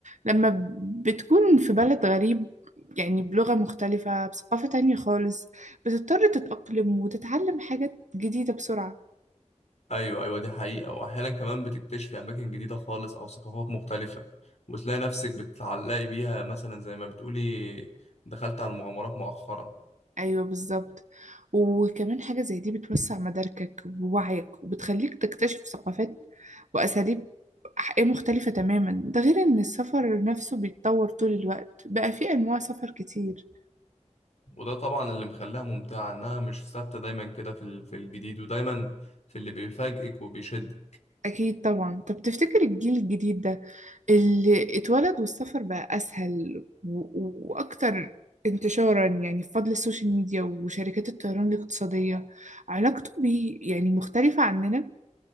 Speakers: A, on the right; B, on the left.
A: لما ب- بتكون في بلد غريب يعني بلغة مختلفة بثقافة تانية خالص بتضطر تتأقلم وتتعلم حاجات جديدة بسرعة
B: ايوه ايوه دي حقيقه واحيانا كمان بتكتشفي اماكن جديده خالص او ثقافات مختلفه وتلاقي نفسك بتتعلقي بيها مثلا زي ما بتقولي دخلت على المغامرات مؤخرا
A: ايوه بالظبط وكمان حاجة زي دي بتوسع مداركك ووعيك وبتخليك تكتشف ثقافات وأساليب أح- مختلفة تماما ده غير إن السفر نفسه بيتطور طول الوقت بقى فيه أنواع سفر كتير
B: وده طبعا اللي مخليها ممتعة إنها مش ثابتة دايما كده في ال- في الجديد ودايما في اللي بيفاجئك وبيشد
A: أكيد طبعا طب تفتكر الجيل الجديد ده اللي اتولد والسفر بقى أسهل و... و- وأكتر انتشارا يعني بفضل السوشيال ميديا وشركات الطيران الاقتصادية علاقته بيه يعني مختلفة عننا